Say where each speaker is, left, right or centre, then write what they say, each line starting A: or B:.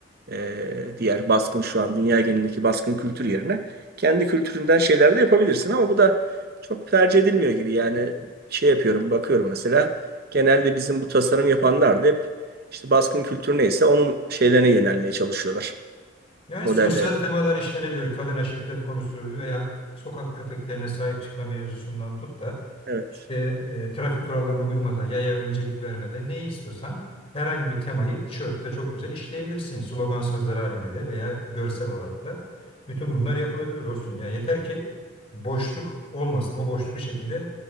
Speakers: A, on the right; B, on the left.
A: e, diğer baskın şu an dünya genelindeki baskın kültür yerine kendi kültüründen şeyler de yapabilirsin ama bu da çok tercih edilmiyor gibi. Yani şey yapıyorum, bakıyorum mesela genelde bizim bu tasarım yapanlar da hep işte baskın kültürü neyse onun şeylerine yönelmeye çalışıyorlar.
B: Yani
A: Modellerine.
B: sosyal temalar işlenebilir. Kadına şiddet konusu veya sokak köpeklerine sahip çıkma mevzusundan tut da
A: Evet.
B: işte e, trafik kurallarına uymada, yaya öncelik vermede neyi istiyorsan herhangi bir temayı tişörtte çok güzel işleyebilirsin. Slogan sözler halinde de veya görsel olarak da bütün bunlar yapılabilir dostum. Ya yeter ki boşluk olmasın. O boşluğu bir şekilde